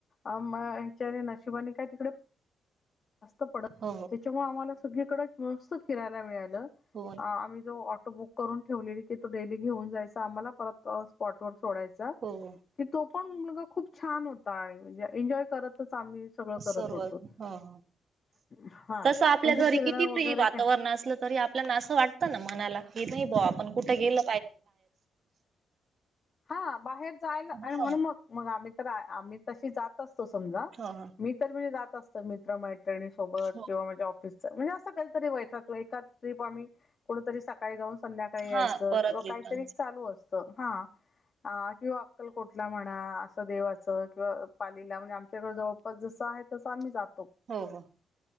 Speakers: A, on the left; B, on the right.
A: अ हच्या नशिबाने काय तिकडे. जास्त पडत
B: हो
A: त्याच्यामुळे आम्हाला सगळीकडे मस्त फिरायला मिळालं
B: हो
A: आम्ही जो बुक करून ठेवलेली की तू डेली घेऊन जायच आम्हाला परत स्पॉटवर. सोडायचा
B: हो
A: की तो पण मुलगा खूप छान होता आणि म्हणज एन्जॉय करतच. आम्ही सगळ करत
B: सर्व
A: होतो.
B: हो हो
A: हा
B: तसं आपल्या
A: म्हणजे
B: घरी
A: फिरणं
B: किती
A: वगैरे
B: फि वातावरण असलं तरी आपल्याना असं वाटतं ना मना. नाहीब्यां आपण कुठे गेल.
A: हा बाहेर जायला
B: ह
A: आणि म्हणून मग मग आम्ही. तर आम्ही तशी जात असतो समजा
B: हो हो
A: मी तर म्हे जात असत मित्र मा. मैत्रीणी सोबत
B: हो
A: किंवा माझे ऑफिसच म्हणजे असं कधतरी वतात एका ट्रिप आम्ही कुतरी सकाळी जाऊन संध्याकाळी यायचं
B: हा परत
A: किंवा
B: रिटर्न
A: काय. चालु असत हा किव्हा अक्कलकोट कठ. म्हणा असं देवाच किंवा पालीला म्हणजे आमच्याकडे जवळपास जसं आहे तसं आम्ही जातो.
B: हो हो.